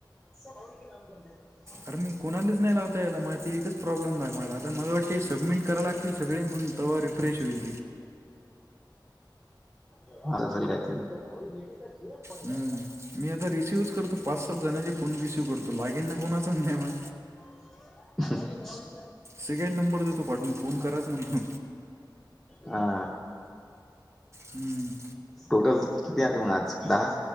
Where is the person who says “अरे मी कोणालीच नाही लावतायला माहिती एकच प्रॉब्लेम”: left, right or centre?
Right